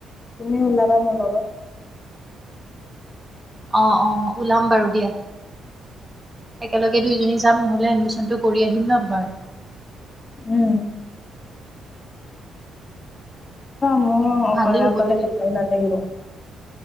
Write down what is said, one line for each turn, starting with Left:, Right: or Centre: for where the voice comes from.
Left: তুমি ওলাবা মোৰ লগত
Right: অ অ ওলাম বাৰু দিয়া একেলগে দুইজনী যাম নহলে এডমিশনটো কৰি আহিম ন তোমাৰ
Left: উম মোৰ অকলে
Right: ভালেই হ'ব
Left: অকলে
Right: তেতিয়া
Left: নথাগিব